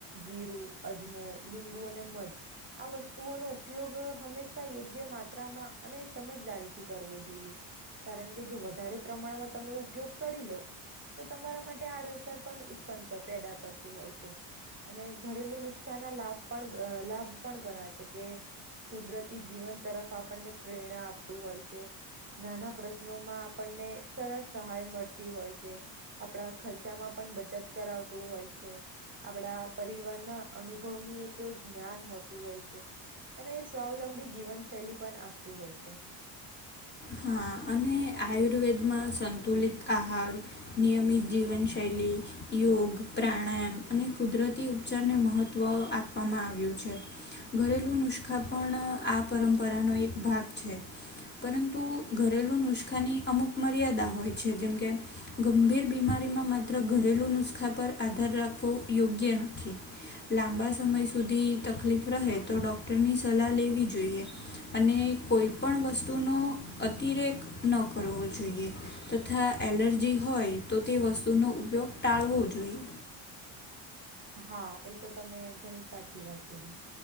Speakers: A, on the right; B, on the left.
A: જીરું, અજમો, લીંબુ, અને મધ આ વસ્તુઓનો ઉપયોગ હંમેશા યોગ્ય માત્રામાં અને સમજદારીથી કરવો જોઈએ. કારણ કે જો વધારે પ્રમાણમાં તમે ઉપયોગ કરી લો તો તમારા માટે આડઅસર પણ ઉત્પન્ન કર પેદા કરતું હોય છે. અને ઘરેલુ નુસ્ખાના લાભ પણ અ લાભ પણ ધણા છે કે કુદરતી જીવન તરફ આપણને પ્રેરણા આપતું હોય છે. નાના પ્રશ્નોમાં આપણને સરળ સહાય મળતી હોય છે. આપણા ખર્ચામાં પણ બચત કરાવતું હોય છે. આપણા પરિવારના અનુભવ ની એક જ્ઞાન હોતું હોય છે. અને સ્વાવલંબી જીવન શૈલી પણ આપતું હોય છે.
B: હા અને આયુર્વેદમાં સંતુલિત આહાર નિયમિત જીવનશૈલી યોગ પ્રાણાયામ અને કુદરતી ઉપચારને મહત્વ આપ આપવામાં આવ્યું છે. ઘરેલું નુસખા પણ આ પરંપરાનો એક ભાગ છે પરંતુ તુ ઘરેલું નુસખાની અમુક મર્યાદા હોય છે જેમ કે ગંભીર બીમારીમાં માત્ર ઘરેલુ નુસ્ખા પર આધાર રાખવો યોગ્ય નથી લાંબા સમય સુધી તકલીફ રહે તો ડોક્ટરની સલાહ લેવી જોઈએ જોઈએ અને કોઈ પણ વસ્તુનો અતિરેક ન કરવો જોઈએ તથા એલર્જી હોય તો તે વસ્તુનો ઉપયોગ ટાળવો જોઈએ.
A: હા એ તો તમે ઘણી સાચી વાત કીધી